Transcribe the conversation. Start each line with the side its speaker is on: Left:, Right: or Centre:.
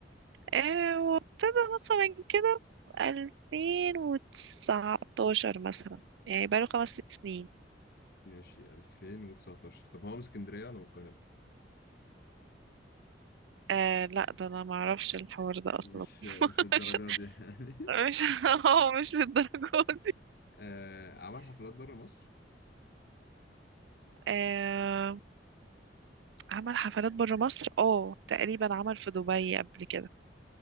Right: آه وابتدى مثلا كده في 2019 مثلا يعني بقاله خمس ست سنين
Left: ماشي 2019 طب هو من اسكندرية ولا من القاهرة؟
Right: آه لا ده انا ما اعرفش الحوار ده اصلا
Left: مش
Right: <laughs>
Left: مش للدرجة
Right: مش
Left: دي يعني
Right: مش هو مش للدرجه دي
Left: <laughs> آه عمل حفلات بره مصر؟
Right: آه عمل حفلات بره مصر اه تقريبا عمل في دبي قبل كده